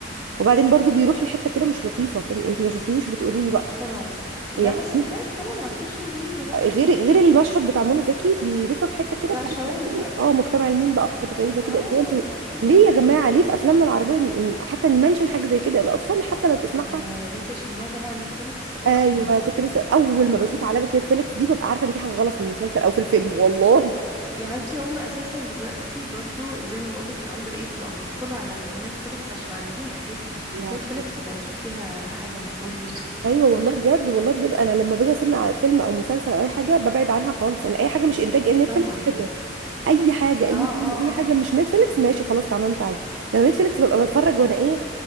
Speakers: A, on the right; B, on the right.
A: وبعدين برضو بيروح لحته كده مش لطيفه فيلم انت ما شفتيهوش بتقولي لي بقى
B: اه طبعا لا
A: يعني
B: بس سمعت طبعا على السوشيال ميديا بقى
A: غير غير المشهد بتاع منى زكي بيروحوا في حته كده
B: لا
A: بتاعت
B: شوايز بقى
A: اه مجتمع الميم بقى وحاجات غريبه كده
B: اه
A: اللي هو انتوا
B: اه اه
A: ليه
B: آه.
A: يا جماعه ليه في افلامنا العربيه ن- ن- حتى نمنشن حاجه زي كده الاطفال حتى لو تسمعها
B: ما يا بنتي عشان هو تبع نتفليكس اصلا
A: ايوه كنت لسه اول ما بشوف
B: اه
A: علامه نتفليكس دي ببقى عارفه ان في حاجه غلط في المسلسل او في الفيلم والله
B: يا حبيبتي هم اساسا دلوقتي برضو زي ما بقولك الاندر ايج بقوا يدخلوا على النتفليكس عشان عارفين اساسا
A: لا
B: نتفليكس
A: بجد
B: يبقى اكيد فيها حاجه مش مظبوطه
A: ايوه والله بجد والله بجد انا لما باجي اسمع فيلم او مسلسل او اي حاجه ببعد عنها خالص يعني اي حاجه مش انتاج نتفليكس
B: <laughs> طبعا
A: حلوه اي حاجه اي
B: اه
A: فيلم
B: اه
A: اي حاجه مش نتفليكس ماشي خلاص تمام تعالى لو نتفليكس ببقى بتفرج وانا ايه